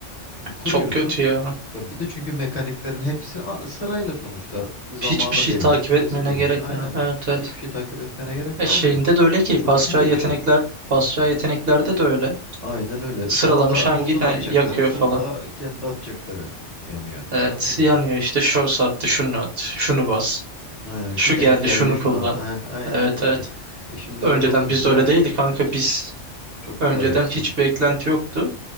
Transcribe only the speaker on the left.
Kuruyorsun.
E, Bir de çünkü mekaniklerin hepsi a- sırayla sonuçta. Zamanı
belli,
süresi
belli.
Aynen.
Hiçbir şey takip etmene gerek
kalmıyor.
O çok
kötü
bir şey.
Aynen öyle.
Sağda
boss'un
atacakları,
solda
kendi atacakları yanıyor.
Anladın mı?
Aynen şu
denk geldi
şuna.
at. Heh, aynen
öyle.
E şimdi
öyle olunca
hiç
çok
kolay hepsi.